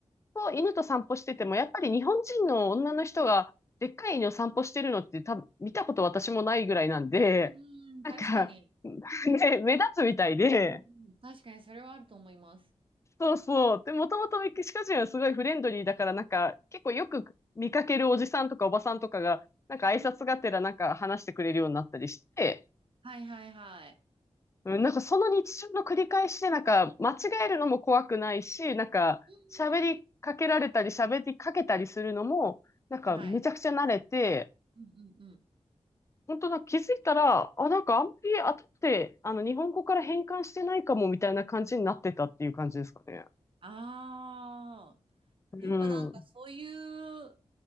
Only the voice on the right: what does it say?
うん、
確かに。
うんうん確かにそれはあると思います。
うんはいはいはい。
う
んはい。
うんうんうん。
ああ、
やっぱなんかそうい
う、